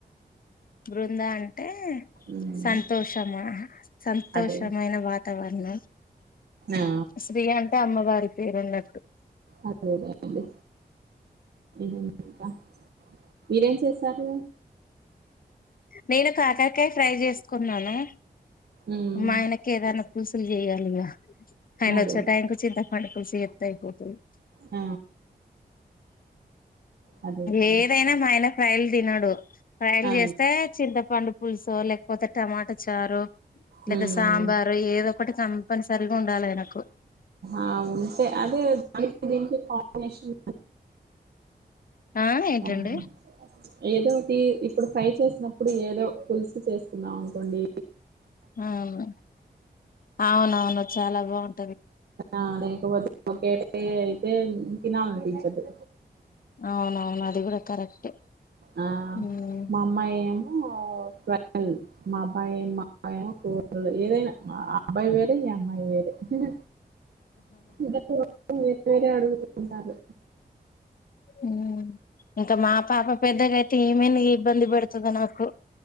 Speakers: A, on the left (about 60°); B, on the right (about 80°).
A: బృంద అంటే
B: మ్మ్
A: సంతోషమా సంతోషమైన
B: అదే
A: వణ
B: ఆ
A: శ్రీ అంటే అమ్మవారి పేరు ఉన్నట్టు
B: అదేలేండి ఏంటి ఇంకా మీరేం చేసారు
A: నేను కాకరకాయ ఫ్రై చేసుకున్నాను
B: మ్మ్
A: మా ఆయనకి ఇంకేదన్నా పులుసులు చెయాలిగా ఆయన
B: అదే
A: వచ్చే టైంకు చింతపండు పులుసు చేతే అయిపోతుంది
B: ఆ అదేండి
A: ఏదైనా మా ఆయన ఫ్రైలు తినడు ఫైలు
B: ఆ
A: చేస్తే చింతపండు పులుసో లేకపోతే టమాటా చారొ
B: మ్మ్
A: లేదా సాంబారు ఏదో ఒకటి కంపల్సరీగా ఉండాలి ఆయనకు
B: ఆ ఉంటే అదే దానికి దీనికి కాంబినేషన్
A: ఆ ఏంటండి
B: అవు <unintelligible> ఏదోటి ఇప్పుడు ఫ్రై చేసినప్పుడు ఏదో పులుసు చేసుకున్నాం అనుకోండి
A: ఆ అవును అవునవును చాలా బాగుంటది
B: ఆ లేకపోతే ఒకటే అయితే తినాలనిపించదు
A: అవునవును అది కూడా కరెక్టే
B: ఆ
A: ఉమ్.
B: మా అమ్మాయి ఏమో ట్వల్వ్ మా అబ్బాయి అబ్బాయిమో కూరలు ఏదైనా మా అబ్బాయి వేరే ఈ అమ్మాయి వేరే ఇంగ <unintelligible> వేరే వేరే అడుగుతుంటారు
A: ఉమ్మ్ ఇంకా మా పాప పెద్దగా అయితే ఏమేనా ఇబ్బంది పెడుతాదో నాకు